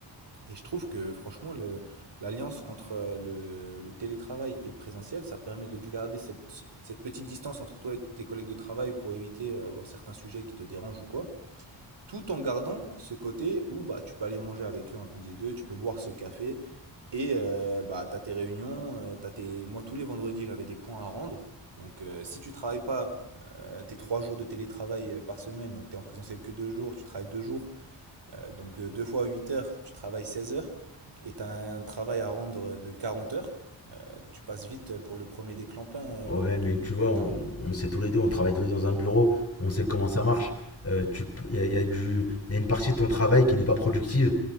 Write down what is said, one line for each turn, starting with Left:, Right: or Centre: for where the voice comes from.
Right: Et je trouve que franchement, le, l'alliance entre euh, le, le télétravail et le présentiel, ça permet de garder cette, cette petite distance entre toi et tes collègues de travail pour éviter euh, bon, certains sujets qui te dérangent ou quoi, tout en gardant ce côté où bah, tu peux aller manger avec eux entre midi et deux, tu peux boire ce café, et euh, bah, tu as tes réunions, euh, t'as tes... moi tous les vendredis j'avais des points à rendre, donc euh, si tu travailles pas euh, tes trois jours de télétravail euh, par semaine, donc tu es en présentiel que deux jours, tu travailles deux jours, euh, donc 2 fois 8 heures, tu travailles 16 heures et tu as un travail à rendre de 40 heures. Euh, tu passes vite pour le premier déclampin euh,
Left: Ouais,
Right: lors de ton,
Left: mais
Right: de
Left: tu vois, on,
Right: ta réunion.
Left: on sait tous les deux, on travaille tous les deux dans un bureau, on sait comment ça marche. Euh, tu, peux- il y a, il y a du, il y a une partie de ton travail qui n'est pas productive,